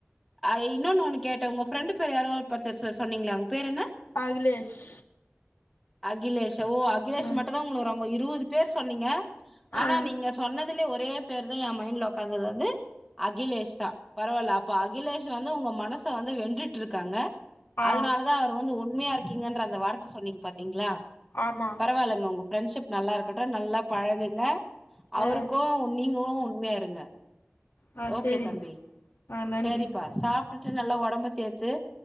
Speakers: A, in the centre; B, on the left.
A: ஆ இன்னொன்னு ஒன்னு கேட்டே ஒங்க ஃப்ரெண்டு பேரு யாரோ ஒருத்தர் பர் பேர் சொன்னீங்ளே அவ்ங்க பேர் என்
B: அகிலேஷ்
A: அகிலேஷ் ஓ அகிலேஷ்
B: ஆ
A: மட்டுந்தா ஒங்களுக்கு ரொம்ப இருவது பேர் சொன்னீங்க ஆனா
B: ஆ
A: நீங்க சொன்னதுலே ஒரே பேர்தே எ மைண்ட்ல உக்காந்ததுலருந்து அகிலேஷ் தா பரவால்ல அப்போ அகிலேஷ் வந்து ஒங்க மனச வந்து வென்றுட்ருக்காங்க
B: ஆ
A: அதனாலதா அவர வந்து உண்மையா இருக்கீங்கன்ற அந்த வார்த்த சொன்னீங்க பாத்தீங்ளா
B: ஆமா
A: வால்லங்க உங்க ஃபிரெண்ட்ஷிப் நல்லா இருக்கட்டு நல்லா பழகுங்க அவருக்கு
B: ஆ
A: நீங்களு உண் மையா இருங்க
B: ஆ
A: ஓகே
B: சேரிங்க
A: தம்பி
B: ஆ நன்றிங்க
A: சேரிப்பா சாப் டுட்டு நல்லா ஒடம்ப தேத்து